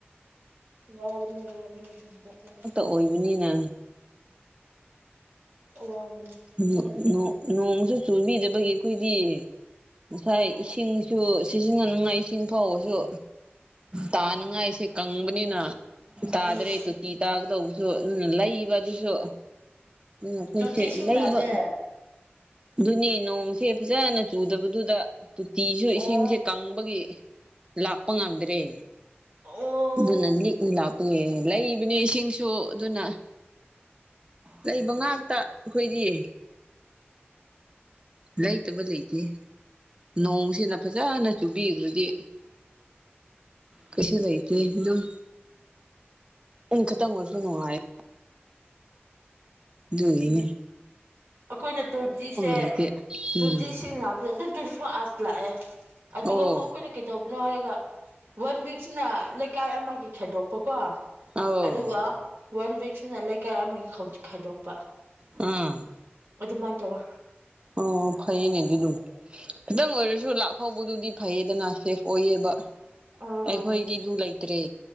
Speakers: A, on the right (about 65°); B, on the right (about 25°).
A: ꯋꯥꯥꯕꯅꯦ ꯋꯥꯕꯅꯦ ꯊꯟꯗ ꯋꯥꯏ
B: ꯑꯣꯏꯒꯅꯤꯅ
A: ꯑꯋꯥꯕꯅꯦ
B: ꯅꯣꯡ ꯅꯣꯡ ꯅꯣꯡꯖꯨ ꯆꯨꯕꯤꯗꯕꯒꯤ ꯑꯩꯈꯣꯏꯗꯤ ꯉꯁꯥꯏ ꯏꯁꯤꯡꯁꯨ ꯁꯤꯖꯤꯟꯅꯅꯉꯥꯏ ꯏꯁꯤꯡ ꯐꯥꯎꯕꯁꯨ ꯇꯥꯅꯉꯥꯏꯁꯦ ꯀꯪꯕꯅꯤꯅ ꯇꯥꯗꯥꯔꯦ
A: ꯎꯝ
B: ꯇꯨꯇꯤ ꯇꯥꯒꯗꯧꯕꯁꯨ ꯑꯗꯨꯅ ꯂꯩꯕ ꯑꯗꯨꯁꯨ ꯑꯗꯨꯅ ꯑꯈꯣꯏꯁꯦ
A: ꯇꯣꯇꯤꯁꯤꯡ
B: ꯂꯩꯕ
A: ꯇꯥꯗꯦ
B: ꯑꯗꯨꯅꯦ ꯅꯣꯡꯁꯦ ꯐꯖꯅ ꯆꯨꯗꯕꯗꯨꯗ ꯇꯣꯇꯤꯁꯨ ꯏꯁꯤꯡꯁꯦ
A: ꯑꯣ
B: ꯀꯪꯕꯒꯤ ꯂꯥꯛꯄ ꯉꯝꯗ꯭ꯔꯦ
A: ꯑꯣ
B: ꯑꯗꯨꯅ ꯅꯤꯛꯅ ꯂꯥꯛꯄꯒꯤ ꯂꯩꯕꯅꯦ ꯏꯁꯤꯡꯁꯨ ꯑꯗꯨꯅ ꯂꯩꯕ ꯉꯥꯛꯇ ꯑꯈꯣꯏꯗꯤ ꯂꯩꯗꯕ ꯂꯩꯇꯦ ꯅꯣꯡꯁꯤꯅ ꯐꯖꯟꯅ ꯆꯨꯕꯤꯗ꯭ꯔꯗꯤ ꯀꯩꯁꯨ ꯂꯩꯇꯦ ꯗꯨꯝ ꯎꯨꯡ ꯈꯤꯇꯪ ꯑꯣꯏꯁꯨ ꯅꯨꯡꯉꯥꯏꯌꯦ ꯗꯨꯒꯤꯅꯦ
A: ꯑꯈꯣꯏꯅ ꯇꯨꯔꯇꯤꯁꯦ
B: ꯂꯩꯇꯦ
A: ꯇꯨꯔꯇꯤꯁꯤꯡ
B: ꯎꯝ
A: ꯂꯥꯛ- <unintelligible> ꯇ꯭ꯋꯦꯟꯇꯤ ꯐꯣꯔ ꯑꯥꯔꯁ ꯂꯥꯛꯑꯦ ꯑꯗꯨꯒ
B: ꯑꯣ
A: ꯑꯃꯨꯛ ꯑꯈꯣꯏꯗꯤ ꯀꯩꯗꯧꯕꯅꯣ ꯍꯥꯏꯔꯒ ꯋꯥꯟ ꯋꯤꯛꯁꯤꯅ ꯂꯩꯀꯥꯏ ꯑꯃꯒꯤ ꯈꯥꯏꯗꯣꯛꯄꯀꯣ
B: ꯑꯧ
A: ꯑꯗꯨꯒ ꯋꯥꯟ ꯋꯤꯛꯁꯤꯅ ꯂꯩꯀꯥꯏ ꯑꯃꯒꯤ ꯈꯥꯎ ꯈꯥꯏꯗꯣꯛꯄ
B: ꯑ
A: ꯑꯗꯨꯃꯥꯥꯏꯟ ꯇꯧꯔꯣ
B: ꯑꯣ ꯐꯩꯌꯦꯅꯦ ꯑꯗꯨꯗꯨꯝ ꯈꯤꯇꯪ ꯑꯣꯏꯔꯁꯨ ꯂꯥꯛꯍꯧꯕꯗꯨꯗꯤ ꯐꯩꯌꯦꯗꯅ ꯁꯦꯐ ꯑꯣꯏꯌꯦꯕ
A: ꯑꯥ
B: ꯑꯩꯈꯣꯏꯗꯤꯗꯨ ꯂꯩꯇ꯭ꯔꯦ